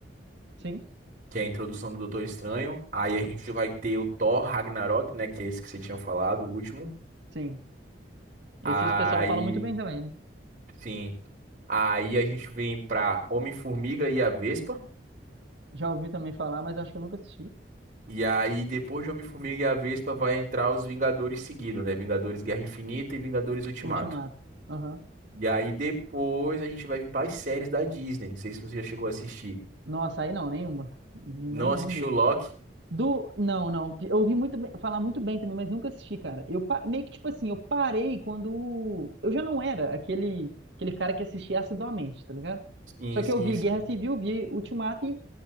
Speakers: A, on the right (about 75°); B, on the right (about 45°).
A: sim,
B: que é a introdução do Doutor Estranho. Aí a gente vai ter o Thor Ragnarok, né? Que é esse que você tinha falado, o último.
A: sim. Esse
B: Aí,
A: o pessoal fala muito bem também, né?
B: sim. Aí a gente vem pra Homem-Formiga e a Vespa.
A: Já ouvi também falar, mas acho que eu nunca assisti.
B: E aí, depois de Homem-Formiga e a Vespa, vai entrar os Vingadores seguido, né? Vingadores Guerra Infinita e Vingadores Ultimato.
A: Ultimato. Aham.
B: E aí, depois a gente vai vir para as séries da Disney. Não sei se você já chegou a assistir.
A: Nossa, aí não, nenhuma. Nenhuma
B: Não assistiu
A: mesmo.
B: Loki?
A: Do. Não, não. Eu ouvi muito bem- falar muito bem também, mas nunca assisti, cara. Eu pa- meio que, tipo assim, eu parei quando. Eu já não era aquele, aquele cara que assistia assiduamente, tá ligado?
B: Sim,
A: Só que
B: sim,
A: eu vi
B: sim.
A: Guerra Civil, vi Ultimato e